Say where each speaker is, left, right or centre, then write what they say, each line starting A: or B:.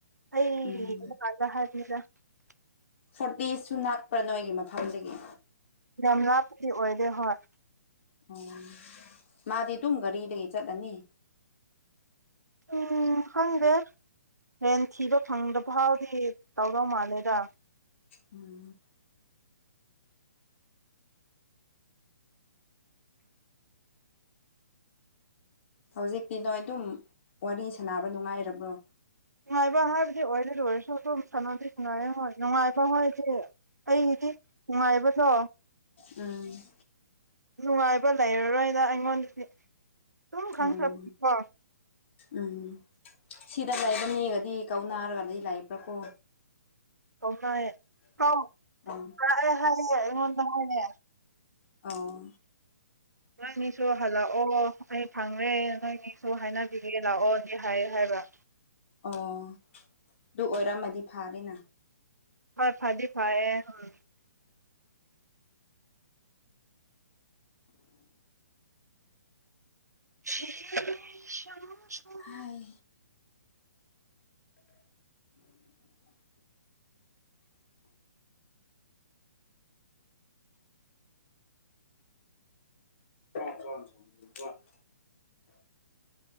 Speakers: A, on the right; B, on the left.
A: ꯑꯩ
B: ꯎꯝ
A: ꯌꯦꯡꯕ <unintelligible>
B: ꯐꯣꯔꯇꯤꯁꯨ ꯅꯥꯛꯄ꯭ꯔꯥ ꯅꯣꯏꯒꯤ ꯃꯐꯝꯗꯒꯤ
A: ꯌꯥꯝ ꯂꯥꯞꯄꯗꯤ ꯑꯣꯏꯗꯦ ꯍꯣꯏ
B: ꯑꯣ ꯃꯥꯗꯤ ꯑꯗꯨꯝ ꯒꯥꯔꯤꯗꯒꯤ ꯆꯠꯂꯅꯤ
A: ꯎꯝ ꯈꯪꯗꯦ ꯔꯦꯟ ꯊꯤꯕ ꯐꯪꯗ ꯐꯥꯎꯗꯤ ꯇꯧꯗꯧ ꯃꯥꯜꯂꯦꯗ
B: ꯎꯝ ꯍꯧꯖꯤꯛꯇꯤ ꯅꯣꯏ ꯑꯗꯨꯝ ꯋꯥꯔꯤ ꯁꯥꯅꯕ ꯅꯨꯡꯉꯥꯏꯔꯕ꯭ꯔꯣ
A: ꯅꯨꯡꯉꯥꯏꯕ ꯍꯥꯏꯕꯗꯤ ꯑꯣꯏꯔꯔꯣꯏꯁꯨ ꯑꯗꯨꯝ ꯁꯥꯟꯅꯗꯤ ꯅꯨꯡꯉꯥꯏꯔꯦ ꯍꯣꯏ ꯅꯨꯡꯉꯥꯏꯕ ꯍꯣꯏꯗꯤ ꯑꯩꯗꯤ ꯅꯨꯡꯉꯥꯏꯕꯗꯣ
B: ꯎꯝ
A: ꯅꯨꯡꯉꯥꯏꯕ ꯂꯩꯔꯔꯣꯏꯗ ꯑꯩꯉꯣꯟꯗꯗꯤ ꯑꯗꯨꯨꯝ ꯈꯪꯈ꯭ꯔꯕꯀꯣ
B: ꯎꯝ ꯎꯝ ꯁꯤꯗ ꯂꯩꯕ ꯃꯤꯒꯗꯤ ꯀꯧꯅꯥꯔꯒꯗꯤ ꯂꯩꯕ꯭ꯔꯥ ꯀꯣ
A: ꯑꯣꯃꯥꯏ ꯍꯥꯎ
B: ꯎꯝ
A: ꯂꯥꯛꯑꯦ ꯍꯥꯏꯌꯦ ꯑꯩꯉꯣꯟꯗ ꯍꯥꯏꯌꯦ
B: ꯑꯣ
A: ꯅꯣꯏꯅꯤꯁꯨ ꯍꯜꯂꯛꯑꯣ ꯑꯩ ꯐꯪꯉꯦ ꯅꯣꯏꯅꯤꯁꯨ ꯍꯥꯏꯅꯕꯤꯒꯦ ꯂꯥꯛꯑꯣꯗꯤ ꯍꯥꯏ ꯍꯥꯏ <unintelligible>
B: ꯑꯣ ꯑꯗꯨ ꯑꯣꯏꯔꯝꯃꯗꯤ ꯐꯥꯔꯦꯅ
A: ꯍꯣꯏ ꯐꯗꯤ ꯐꯥꯏꯌꯦ ꯍꯝ ꯁꯦ ꯁꯝ ꯁꯝ
B: ꯍꯥꯏ <unintelligible>